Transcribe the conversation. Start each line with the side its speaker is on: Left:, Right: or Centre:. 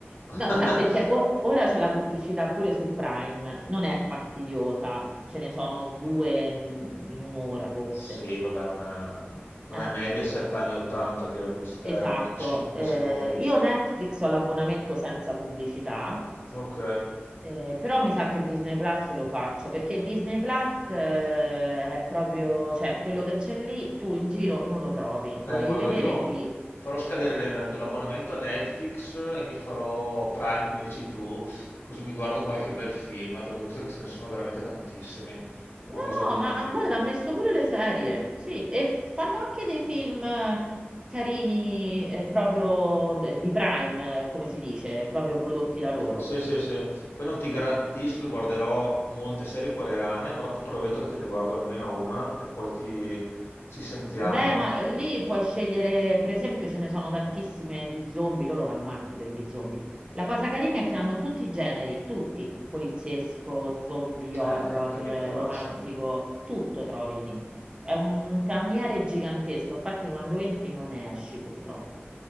Left: <laughs>
Right: No, ta- perché o- ora c'è la pubblicità pure su Prime, non è fastidiosa, ce ne sono due mm, in un'ora forse.
Left: Sì, vabbè, non è, non
Right: Eh,
Left: è Mediaset anni 80 che la pubblicità
Right: esatto.
Left: era ogni 5
Right: Eh,
Left: secondi.
Right: io Netflix ho l'abbonamento senza pubblicità
Left: Ok.
Right: Eh, però mi sa che Disney Plus lo faccio perché Disney Plus eh, è proprio, cioè quello che c'è lì tu in giro non lo trovi,
Left: Eh,
Right: lo devi
Left: guarda,
Right: vedere
Left: io
Right: lì.
Left: farò scadere l- l'abbonamento a Netflix e mi farò Prime, come dici tu, così mi guardo qualche bel film, eh, perché ho visto che ce ne sono veramente tantissimi.
Right: No,
Left: Ho bisogno...
Right: no, ma guarda, ha messo pure le serie, sì, e f- fanno anche dei film eh, carini eh, proprio d- di Prime, eh, come si dice, proprio prodotti da loro.
Left: Sì, sì, sì. Poi non ti garantisco che guarderò molte serie coreane, ma ti prometto che te ne guardo almeno una e poi ti... ci sentiamo.
Right: Beh, ma eh, lì puoi scegliere, per esempio, ce ne sono tantissime di zombie, loro vanno matti per gli zombie. La cosa carina è che hanno tutti i generi, tutti, poliziesco, zombie, horror,
Left: Eh, che che mi
Right: eh,
Left: piace.
Right: romantico, tutto trovi lì. È un paniere gigantesco, infatti quando entri non ne esci, purtroppo.